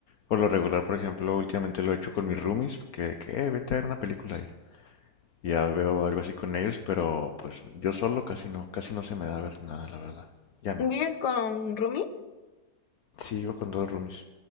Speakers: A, on the left; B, on the left.
A: por lo regular, por ejemplo, últimamente lo he hecho con mis roomies, que, que "Eh, vente a ver una película y y ya veo algo así con ellos, pero pues yo solo casi no, casi no se me da ver nada, la verdad. Ya no.
B: ¿Vives con Rumi?
A: Sí, vivo con dos roomies.